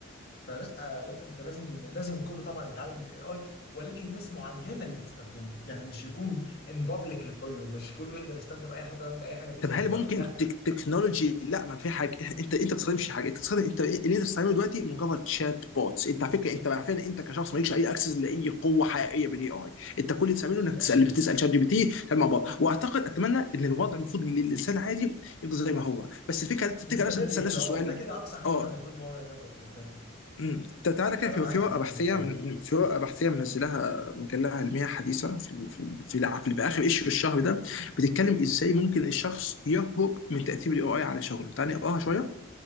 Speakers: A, on the left; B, on the left.
A: فلا لا انت لازم لازم الكل طبعا يتعلم الاي اي ولكن ناس معينه اللي تستخدمه يعني مش يكون ان بابليك لكله مش كله يقدر يستخدم اي حاجه ويعمل اي حاجه فيه زي
B: طب هل
A: دلوقتي
B: ممكن
A: لا
B: تك تكنولوجي لا ما في حاجه انت انت ما بتستخدمش حاجه انت بتستخدم انت اللي انت بتستخدمه دلوقتي مجرد شات بوتس انت على فكره انت عارفين انت كشخص مالكش اي اكسس لاي قوه حقيقيه بالاي اي انت كل اللي بتعمله انك
A: ماشي
B: تسال بتسال شات جي بي تي تعمل مع بعض واعتقد اتمنى ان الوضع المفروض للانسان عادي يفضل زي ما هو بس الفكره انت بتيجي
A: يستمر
B: على نفسك بتسال
A: كده
B: نفس السؤال
A: اه ده كده اقصى حاجه
B: اه
A: احنا المفروض ان هو نقدر فيها فاهم
B: امم تعالى كده
A: انا
B: في
A: معاك
B: في
A: في
B: ورقه
A: الحته
B: بحثيه
A: دي بصراحه
B: من من- في ورقه بحثيه منزلاها مجله علميه حديثه في في في, الع- في اخر ايشيو الشهر ده بتتكلم ازاي ممكن الشخص يهرب من تاثير الاي اي على شغله تعالى نقراها شويه